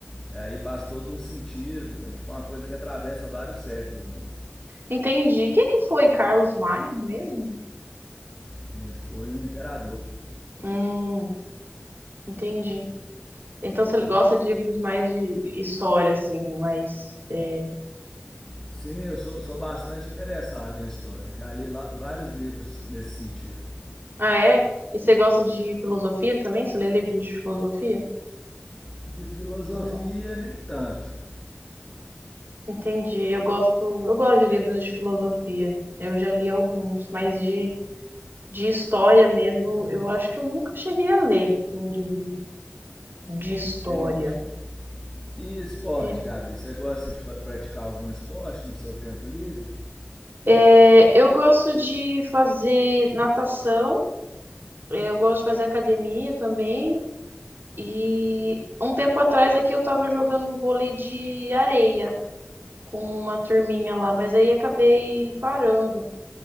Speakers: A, on the left; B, on the right.
A: É, Aí faz todo um sentido, é tipo uma coisa que atravessa vários séculos mesmo.
B: entendi. Quem é que foi Carlos Magno mesmo?
A: Ele foi um imperador.
B: Hum, entendi. Então você gosta de livros mais de história, assim, mais é,
A: Sim, eu sou, sou bastante interessado em história. Já li lá vários livros nesse sentido.
B: Ah, é? E você gosta de filosofia também? Você lê livros de filosofia
A: De filosofia,
B: ou não?
A: nem tanto,
B: Entendi. Eu gosto, eu gosto de livros de filosofia. Eu já li alguns, mas de, de história mesmo, eu acho que eu nunca cheguei a ler um livro de história.
A: entende? E esporte,
B: É.
A: Gabi? Você gosta de fa- praticar algum esporte no seu tempo livre?
B: É, eu gosto de fazer natação, é, eu gosto de fazer academia também. E um tempo atrás aqui eu estava jogando vôlei de areia com uma turminha lá, mas aí acabei parando.